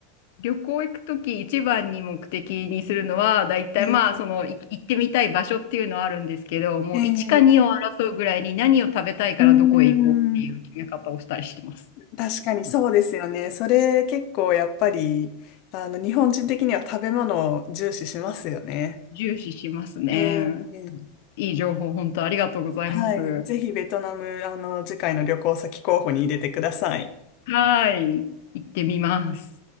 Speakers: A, on the left (about 65°); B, on the left (about 45°).
A: 旅行行くとき一番に目的にするのは、だいたいまあ、
B: ええ
A: その、い行ってみたい場所っていうのはあるんですけど、もう1か2を争うぐらいに何を食べたいからどこへ行こうっていう決め方をしたりしてます。
B: ええうーん、確かにそうですよね。それ結構やっぱり、あの、日本人的には食べ物を重視しますよね。
A: 重視しますね。
B: ええ
A: いい情報、本当ありがとうございます。
B: はい。ぜひベトナム、あの、次回の旅行先候補に入れてください。
A: はい。行ってみます。